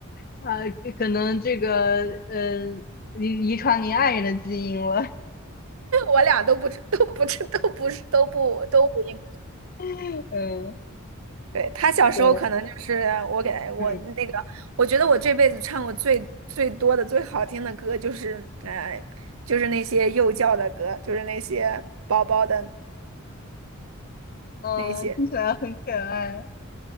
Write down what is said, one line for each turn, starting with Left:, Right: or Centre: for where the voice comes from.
Left: 呃，可能这个嗯，遗遗传您爱人的基因了，
Right: 我俩都不知都不知都不是都不都五音。
Left: <laughs> 嗯，
Right: 对，他小时候可能就是我给他我那个，
Left: 对，嗯
Right: 我觉得我这辈子唱过最最多的、最好听的歌就是，呃，就是那些幼教的歌，就是那些宝宝的
Left: 嗯，
Right: 那些
Left: 听起来很可爱。